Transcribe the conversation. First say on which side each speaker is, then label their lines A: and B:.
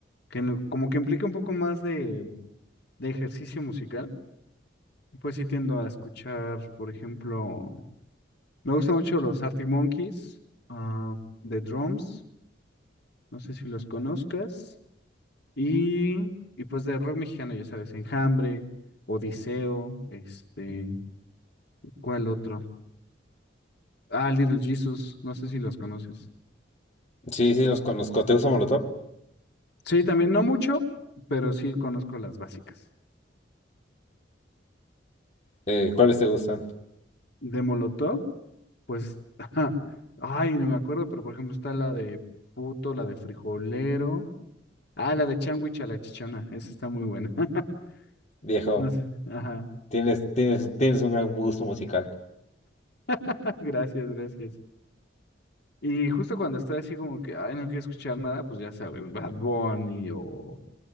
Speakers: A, on the left; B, on the left.
A: que no- como que implique un poco más de, de ejercicio musical, pues sí tiendo a escuchar, por ejemplo, me gustan mucho los Arctic Monkeys, ah, The Drums, No sé si los conozcas. Y, y pues de rock mexicano, ya sabes, Enjambre, Odiseo, este, ¿cuál otro? Ah, Little Jesus, no sé si los conoces.
B: Sí, sí, los conozco. ¿Te gusta Molotov?
A: Sí, también no mucho, pero sí conozco las básicas.
B: Eh, ¿cuáles te gustan?
A: De Molotov, pues, <laughs> ajá, ay, no me acuerdo, pero por ejemplo está la de Puto, la de Frijolero. Ah, la de Changuich a la Chichona, esa está muy buena. <laughs>
B: Viejo,
A: No sé, ajá.
B: tienes, tienes, tienes un gran gusto musical.
A: <laughs> Gracias, gracias. Y justo cuando estoy así como que, ay, no quiero escuchar nada, pues ya sabes, Bad Bunny o,